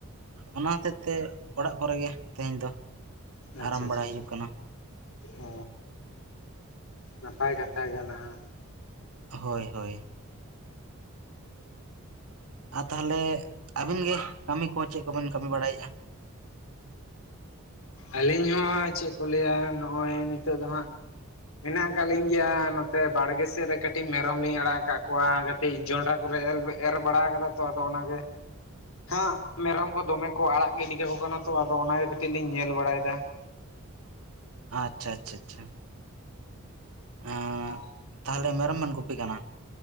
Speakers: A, on the right; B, on the left.
A: ᱚᱱᱟ ᱦᱚᱛᱮᱡ ᱛᱮ ᱚᱲᱟᱜ ᱠᱚᱨᱮ ᱜᱮ ᱛᱮᱦᱮᱧ ᱫᱚ᱾
B: ᱟᱪᱪᱷᱟ
A: ᱟᱨᱟᱢ
B: ᱟᱪᱪᱷᱟ
A: ᱵᱟᱲᱟᱭ ᱦᱩᱭᱩᱜ ᱠᱟᱱᱟ
B: ᱚ ᱱᱟᱯᱟᱭ ᱠᱟᱛᱷᱟ ᱜᱮ ᱚᱱᱟ ᱦᱚᱸ᱾
A: ᱦᱳᱭ ᱦᱳᱭ ᱟᱨ ᱛᱟᱦᱚᱞᱮ ᱟᱹᱵᱤᱱ ᱜᱮ ᱠᱟᱹᱢᱤ ᱠᱚ ᱪᱮᱫ ᱠᱚᱵᱮᱱ ᱠᱟᱹᱢᱤ ᱵᱟᱲᱟᱭᱮᱫᱼᱟ?
B: ᱟᱹᱞᱤᱧ ᱦᱚᱸ ᱪᱮᱫ ᱠᱚ ᱞᱟᱹᱭᱟ ᱱᱚᱜᱼᱚᱭ ᱱᱤᱛᱚᱜ ᱫᱚ ᱦᱟᱸᱜ ᱢᱮᱱᱟᱜ ᱟᱠᱟᱫ ᱞᱤᱧ ᱜᱮᱭᱟ ᱱᱚᱛᱮ ᱵᱟᱲᱜᱮ ᱥᱮᱫ ᱨᱮ ᱠᱟᱹᱴᱤᱡ ᱢᱮᱨᱚᱢ ᱞᱤᱧ ᱟᱲᱟᱜ ᱟᱠᱟᱫ ᱠᱚᱣᱟᱹ ᱠᱟᱹᱴᱤᱡ ᱡᱚᱱᱰᱨᱟ ᱠᱚᱞᱮ ᱮᱨ ᱵᱟᱲᱟ ᱠᱟᱫᱟ ᱛᱚ ᱟᱫᱚ ᱚᱱᱟᱜᱮ ᱦᱟᱸᱜ ᱢᱮᱨᱚᱢ ᱠᱚ ᱫᱚᱢᱮ ᱠᱚ ᱟᱲᱟᱜ ᱜᱤᱰᱤ ᱠᱟᱠᱚ ᱠᱟᱱᱟ ᱛᱚ ᱟᱫᱚ ᱚᱱᱟᱜ ᱠᱟᱹᱴᱤᱡ ᱞᱤᱧ ᱧᱮᱞ ᱵᱟᱲᱟᱭᱮᱫᱟ᱾
A: ᱟᱪᱪᱷᱟ ᱟᱪᱪᱷᱟ ᱟᱪᱪᱷᱟ ᱦᱮᱸ
B: ᱚ
A: ᱛᱟᱦᱚᱞᱮ ᱢᱮᱨᱚᱢᱮᱢ ᱜᱩᱯᱤ ᱠᱟᱱᱟ?